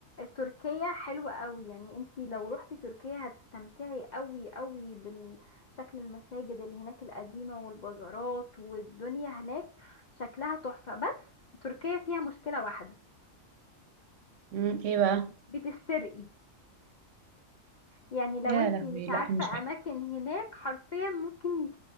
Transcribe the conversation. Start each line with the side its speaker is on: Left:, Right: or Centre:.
Left: تركيا حلوة قوي يعني انتي لو روحتي تركيا هتستمتعي قوي قوي بالشكل المساجد اللي هناك القديمة والبازارات والدنيا هناك شكلها تحفة بس تركيا فيها مشكلة واحدة
Right: امم ايه بقى
Left: بتسرقي يعني لو
Right: يا
Left: انتي
Right: لهوي
Left: مش عارفة
Right: لا مش بحب
Left: اماكن هناك حرفيا ممكن ي-